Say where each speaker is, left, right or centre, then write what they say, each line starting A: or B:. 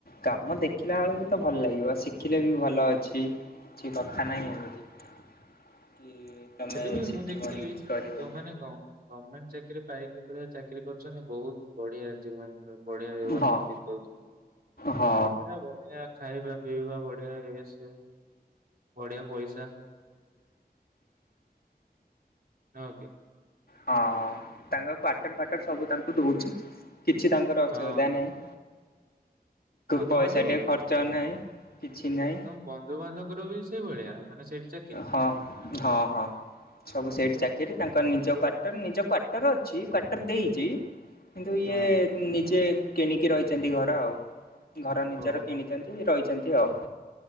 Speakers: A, on the left; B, on the right.
A: କାମ ଦେଖିଲା ବେଳକୁ ତ ଭଲ ଲାଗିବ ଶିଖିଲେ ବି ଭଲ ଅଛି କିଛି କଥା ନାହିଁ ଏମିତି। କି ତମେ
B: ସେଠି ବିି
A: ଶିଖିବନି
B: ମୁଁ ଦେଖିଲି
A: କିଛି କରିବନି।
B: ଯୋଉମାନେ ଗମେଣ୍ଟ ଚାକିରି ପାଇକି। ଏଭଳିଆ ଚାକିରି କରିୁଛନ୍ତି ବହୁତ ବଢିଆ ଜୀବନରେ। ବଢ଼ିଆ <unintelligible>
A: ହଁ
B: ପୁରା
A: ହଁ
B: ବଢିଆଷ, । ଖାଇବା ପିଇବା ବଢ଼ିଆ ଇଏ ସିଏ। ବଢିଆ ପଇସା। ହଁ କି?
A: ହଁ ତାଙ୍କ <unintelligible> ଫାଟ ସବୁ ତାଙ୍କୁ ଦଉଛି। କିଛି ତାଙ୍କର ଅସୁବିଧା
B: ହଁ
A: ନାହିଁ।
B: ହଁ
A: ପଇସା
B: ତମ ଯୋଉ
A: ଟିକେ ଖର୍ଚ୍ଚ ନାହିଁ କିଛି ନାହିଁ
B: ତମ ବନ୍ଧୁବାନ୍ଧବଙ୍କର ବି ସେଇ ଭଳିଆ ମାନେ ସେଇଠି ଚାକିରି?
A: ହଁ ହଁ ହଁ ସବୁ ସେଇଠି
B: ଓହୋ
A: ଚାକିରି ତାଙ୍କର ନିଜ। ତ ନିଜ କ୍ଵାଟର ଅଛି କ୍ଵାଟର ଦେଇଛି। କିନ୍ତୁ ଇଏ
B: ହଁ
A: ନିଜେ କିଣିକି ରହିଛନ୍ତି ଘର ଆଉ। ଘର ନିଜର
B: ଓହୋ
A: କିଣିଛନ୍ତି ରହିଛନ୍ତି। ୟଅ।